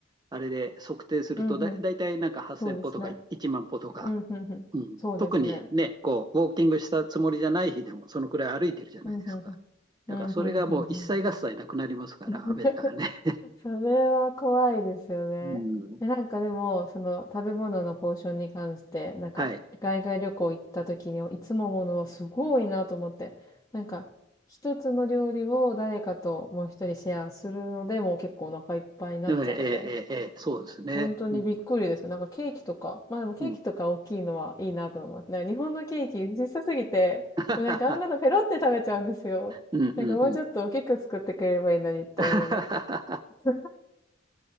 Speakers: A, on the right; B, on the left.
A: あれで測定するとだ、
B: うん、うん。
A: だいたいなんか8000歩とか1万歩とか、
B: そうですね。うん、うん、うん。
A: うん。
B: そうですね。
A: 特にね、こう、ウォーキングしたつもりじゃない日でも、そのくらい歩いてるじゃないですか。
B: うん、うん、うん。
A: だからそれがもう一切合切なくなりますから、
B: うん、うん、うん、うん。
A: アメリカはね。
B: それは怖いですよね。
A: うん。
B: え、なんかでも、その食べ物のポーションに関して、なんか海外旅行行った時にいつもものはすごいなと思って、
A: はい。
B: なんか一つの料理を誰かともう一人シェアするので、もう結構お腹いっぱいになっちゃうので、
A: ええ、ええ、ええ、そうですね。
B: 本当にびっくりですよ。
A: うん、
B: なんかケーキとか、まあでもケーキとか大きいのはいいなと思います。
A: うん。
B: なんか日本のケーキ小さすぎて、
A: <laughs>
B: もうなんかあんなのペロって食べちゃうんですよ。
A: うん、
B: なんかもうちょっと大きく作ってくれればいいのにって思います。
A: うん、うん。<laughs>
B: <laughs>